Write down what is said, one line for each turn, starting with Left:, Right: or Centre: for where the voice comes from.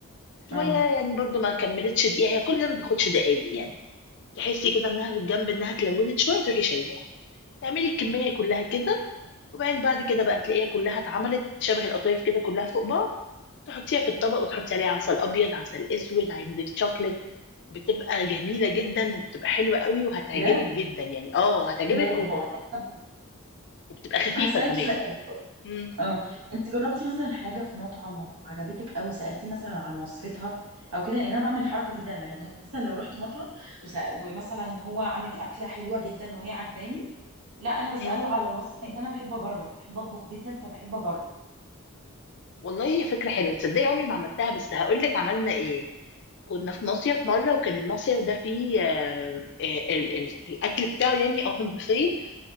Left: شويه
Right: اه
Left: يعني برضو ما كملتش دقيقه هي كل ده ما بياخدش دقايق يعني تحسي كده إنها في الجنب إنها اتلونت شوية تروحي شايلاها، تعملي الكمية كلها كده، وبعدين بعد كده بقى تلاقيها كلها اتعملت شبه القطايف كده كلها فوق بعض، تحطيها في الطبق وتحطي عليها عسل أبيض، عسل أسود، عندك شوكليت، بتبقى جميلة جدًا وبتبقى حلوة أوي وهتعجبِك
Right: بجد
Left: جدًا يعني، آه هتعجبِك
Right: ليه
Left: و
Right: طب
Left: وبتبقى خفيفة
Right: هسألك
Left: كمان.
Right: سؤال
Left: إمم،
Right: اه انت جربتي مثلا حاجه في مطعم وعجبتك قوي سالتيه مثلا عن وصفتها او كده لان انا بعمل الحركه دي دايما يعني مثلا لو رحت مطعم وسأ... ومثلا هو عامل اكله حلوه جدا وهي عجباني لا انا بساله
Left: إمم.
Right: على الوصفه لان انا بحب اجرب بحب اطبخ جدا فبحب اجرب
Left: والله هي فكرة حلوة، تصدقي عمري ما عملتها بس هاقول لِك عملنا إيه، كنا في مصيف مرة وكان المصيف ده فيه آآ ال ال الأكل بتاعه يعني open buffet